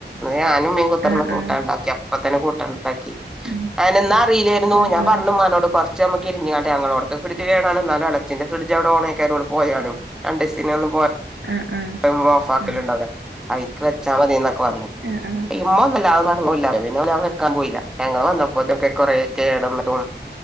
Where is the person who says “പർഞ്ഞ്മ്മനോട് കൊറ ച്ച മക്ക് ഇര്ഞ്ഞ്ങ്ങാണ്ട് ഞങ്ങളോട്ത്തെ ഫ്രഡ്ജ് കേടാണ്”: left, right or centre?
Centre